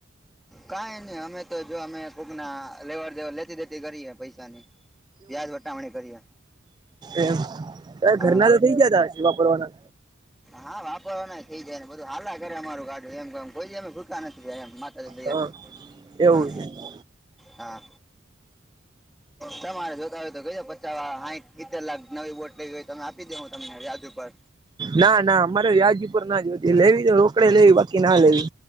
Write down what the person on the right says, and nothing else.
એ ત
ઘરના તો થઇ ગયા તા સીવાપરવાના
હા
એવું છે
ના ના અમારે વ્યાજ ઉપર ના જોતી લેવી તો રોકડે લેવી બાકી ના લેવી